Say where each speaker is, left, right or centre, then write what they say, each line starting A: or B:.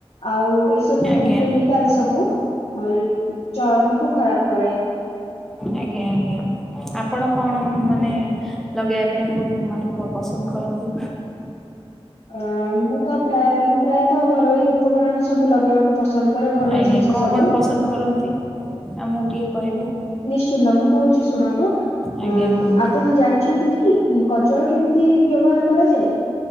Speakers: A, on the left (about 70°); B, in the centre.
A: ଆଉ ଏଇ ସବୁ
B: ଆଜ୍ଞା
A: <unintelligible> ସବୁ ଅଁ ଚର୍ମକୁ ଖରାପ କରାଏ।
B: ଆଜ୍ଞା-ଆଜ୍ଞା। ଆପଣ କଣ ମାନେ ଲଗେଇବା ପାଇଁ ବହୁତ୍ ମାନେ ପସନ୍ଦ କରନ୍ତି?
A: ଅ ମୁଁ ତ ପ୍ରାୟ ମୁଁ ପ୍ରାୟତଃ ଘରୋଇ ଉପକରଣ ସବୁ ଲଗେଇବାକୁ ପସନ୍ଦ କରେ ଘରୋଇ
B: ଆଜ୍ଞା
A: ଜିନିଷ
B: କଣ-କଣ
A: ସବୁ
B: ପସନ୍ଦ କରନ୍ତି ଆମକୁ ଟିକେ କହିବେ?
A: ନିଶ୍ଚିନ୍ତ ମୁଁ କହୁଚି ଶୁଣନ୍ତୁ
B: ଆଜ୍ଞା
A: ଅ
B: କୁହନ୍ତୁ।
A: ଆପଣ ଜାଣିଚନ୍ତି କି କଜଳ କେମିତି ବ୍ୟବହାର କରାଯାଏ?